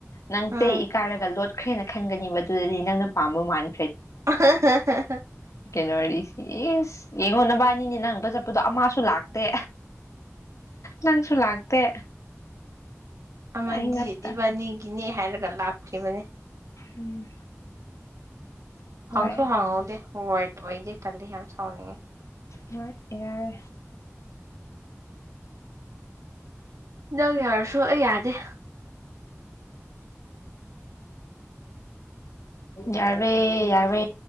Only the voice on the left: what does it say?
ꯅꯪꯁꯦ
ꯏ ꯀꯥꯏꯔꯒ ꯂꯣꯠ ꯈ꯭ꯔꯦꯅ ꯈꯟꯒꯅꯤꯕ ꯑꯗꯨꯗꯗꯤ ꯅꯪꯅ ꯄꯥꯝꯕ ꯃꯥꯥꯟ
ꯀꯩꯅꫭ ꯋꯥꯔꯤꯁꯤ ꯏꯁ ꯌꯦꯡꯉꯣ ꯅꯕꯥꯟꯅꯤꯅ
ꯅꯪꯇ ꯕꯆꯞ ꯑꯗꯣ ꯑꯃꯁꯨ ꯂꯥꯛꯇꯦ ꯅꯪꯁꯨ ꯂꯥꯛꯇꯦ
ꯑꯩ ꯉꯛꯇ
ꯎꯝ ꯍꯣꯏ
ꯃ ꯏꯌꯥꯔ
ꯌꯥꯕ ꯌꯥꯕ